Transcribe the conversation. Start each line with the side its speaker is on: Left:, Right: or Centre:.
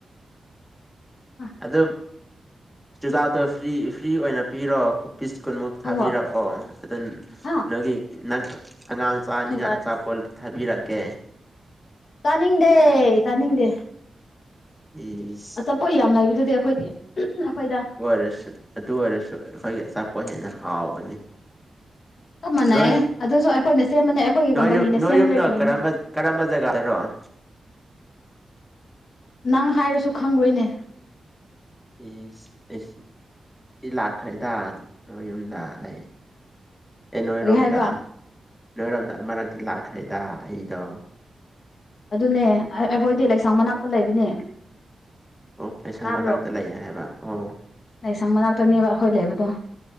Left: ꯊꯧ
Centre: ꯑꯗꯣ ꯆꯨꯖꯥꯛꯇꯣ ꯐ꯭ꯔꯤ ꯐ꯭ꯔꯤ ꯑꯣꯏꯅ ꯄꯤꯔꯣ ꯄꯤꯁ ꯀꯨꯟꯃꯨꯛ
Left: ꯊꯧꯋꯣ
Centre: ꯊꯥꯕꯤꯔꯛꯑꯣ ꯑꯗꯨꯝ
Left: ꯍꯥ
Centre: ꯅꯣꯏꯒꯤ ꯅꯪ ꯑꯉꯥꯡ ꯆꯥꯅꯤꯡꯉꯥꯏ
Left: ꯎꯝ
Centre: ꯑꯆꯥꯄꯣꯠ ꯊꯥꯕꯤꯔꯛꯀꯦ
Left: ꯆꯥꯅꯤꯡꯗꯦ ꯆꯥꯅꯤꯡꯗꯦ
Centre: ꯏꯁ
Left: ꯑꯆꯥꯄ‍ꯣꯠ ꯌꯥꯝ ꯂꯩꯕꯗꯨꯗꯤ ꯑꯩꯈꯣꯏꯗꯤ ꯑꯩꯈꯣꯏꯗ
Centre: ꯔꯦꯁ ꯑꯗꯨ ꯑꯣꯏꯔꯁꯨ ꯑꯩꯈꯣꯏꯒꯤ ꯑꯆꯥꯄꯣꯠ ꯍꯦꯟꯅ ꯍꯥꯎꯕꯅꯤ
Left: ꯆꯞ ꯃꯥꯟꯅꯩꯌꯦ
Centre: ꯅꯣꯏ
Left: ꯑꯗꯨꯁꯨ ꯑꯩꯈꯣꯏꯅ ꯁꯦꯝꯕꯅꯦ ꯑꯩꯈꯣꯏꯒꯤ
Centre: ꯅꯣꯏ
Left: ꯀꯝꯄꯅꯤꯅ
Centre: ꯌꯨꯝ ꯅꯣꯏ
Left: ꯁꯦꯝꯕ
Centre: ꯌꯨꯝꯗꯣ
Left: ꯅ‌ꯦ ꯀꯔꯤꯅꯣ
Centre: ꯀꯔꯝꯕ ꯀꯔꯝꯕ ꯖꯒꯥꯗꯔꯣ
Left: ꯅꯪ ꯍꯥꯏꯔꯁꯨ ꯈꯪꯔꯣꯏꯅꯦ
Centre: ꯏꯁ ꯑꯩ ꯂꯥꯛꯈ꯭ꯔꯦꯗꯥ ꯅꯣꯏ ꯌꯨꯝꯗ ꯑꯩ ꯑꯦ ꯅꯣꯏꯔꯣꯝꯗ
Left: ꯀꯔꯤ ꯍꯥꯏꯕ
Centre: ꯅꯣꯏꯔꯣꯝꯗ ꯑꯃꯔꯛꯇꯤ ꯂꯥꯛꯈ꯭ꯔꯦꯗ ꯑꯩꯗꯣ
Left: ꯑꯗꯨꯅꯦ ꯑꯩꯈꯣꯏꯗꯤ ꯂꯩꯁꯥꯡ ꯃꯅꯥꯛꯇ ꯂꯩꯕꯅꯦ
Centre: ꯑꯣ ꯂꯥꯏꯁꯪ
Left: ꯇꯥꯕ꯭ꯔꯣ
Centre: ꯃꯅꯥꯛꯇ ꯂꯩꯌꯦ ꯍꯥꯏꯕ ꯑꯣ
Left: ꯂꯩꯁꯪ ꯃꯅꯥꯛꯇꯅꯦꯕ ꯑꯩꯈꯣꯏ ꯂꯩꯕꯗꯣ